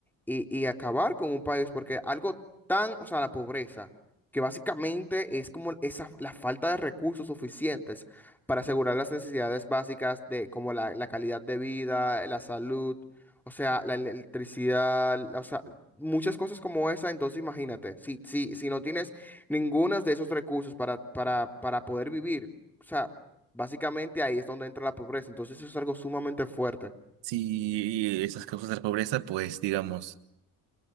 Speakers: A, in the centre; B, on the right.
A: y, y- y acabar con un país, porque algo tan, o sea, la pobreza, que básicamente es como esa, la falta de recursos suficientes para asegurar las necesidades básicas de como la, la calidad de vida, la salud, o sea, la electricidad, o sea, muchas cosas como esa, entonces imagínate, si, si, si no tienes ninguno de esos recursos para, para, para poder vivir. o sea Básicamente ahí es donde entra la pobreza. Entonces eso es algo sumamente fuerte.
B: Si esas causas de la pobreza, pues digamos,